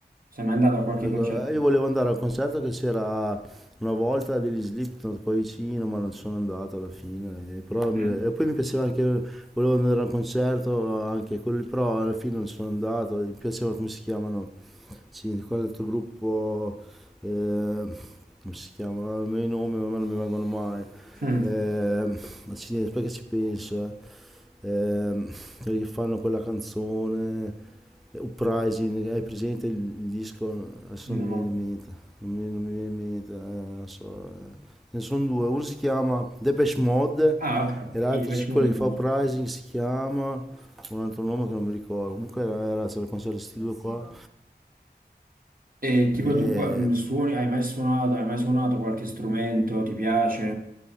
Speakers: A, on the right; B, in the centre.
A: Sei mai andato a qualche
B: Ecco,
A: concerto?
B: eh, Io volevo andare al concerto che c'era una volta degli Slipknot qua vicino, ma non sono andato alla fine. eh, però mi-
A: Mm.
B: e poi mi piaceva anche, volevo andare al concerto anche quello lì, però alla fine non sono andato. Mi piaceva come si chiamano Sì, di quell'altro gruppo, eh, come si chiama? I miei nomi a me non mi vengono mai.
A: <laughs>
B: Ehm, ma ci- perché ci penso, eh? Ehm, quelli che fanno quella canzone, eh, Uprising, hai presente il, il disco? Adesso
A: Mm,
B: non
A: No.
B: mi viene in mente, non mi, non mi viene in mente, eh, non so. eh. Ne sono due, uno si chiama Depeche Mode
A: Ah, ok, ok.
B: e l'altro,
A: Quindi ti piace
B: sì, quello
A: molto
B: che
A: il
B: fa
A: musica.
B: Uprising, si chiama un altro nome che non mi ricordo. Comunque era, era, c'era il concerto di questi due qua.
A: E tipo
B: E
A: tu qua- mh, suoni, hai mai suonato, hai mai suonato qualche strumento, ti piace?